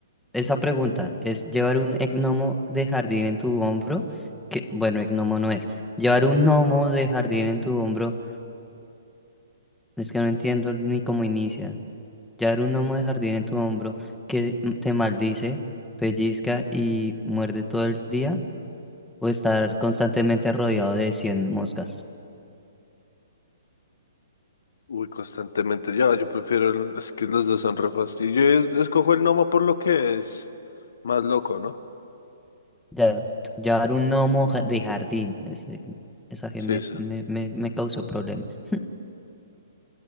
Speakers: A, in the centre; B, on the left.
A: Esa pregunta es llevar un gnomo de jardín en tu hombro, que bueno, gnomo no es. Llevar un gnomo de jardín en tu hombro, es que no entiendo ni cómo inicia. Llevar un gnomo de jardín en tu hombro que te maldice, pellizca y muerde todo el día, o estar constantemente rodeado de 100 moscas.
B: Uy, constantemente. Yo, yo prefiero. el- es que los dos son re fastidio. Yo es- escojo el gnomo por lo que es más loco, ¿no?
A: Ya, llevar un gnomo ja- de jardín, ese- esa que
B: Sí,
A: me,
B: eso.
A: me, me, me causó problemas.